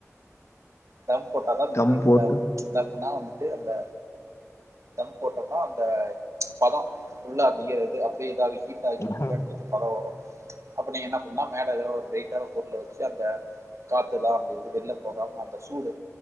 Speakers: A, on the right; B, on the left.
A: தம் போட்டாதா
B: தம்
A: பிரியாணி
B: போட்டு
A: இதாவு தம்னா வந்துட்டு அந்த தம் போட்டோம்னா அந்த பத உள்ள அப்டியே இது அப்டியே இதாவி ஹீட் ஆகி
B: ம்.
A: பிரியாணி க்கு அந்த பதோ வரு அப்ப நீங்க என்ன பண்ணுணா மேல எதோ ஒரு வெயிட்டான பொருள வச்சு அந்த காத்துலா அந்த இது வெல்ல போகாம அந்த சூடு